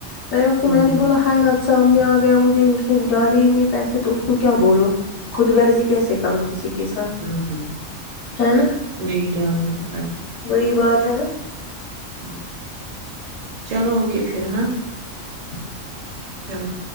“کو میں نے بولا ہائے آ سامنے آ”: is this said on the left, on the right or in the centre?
Left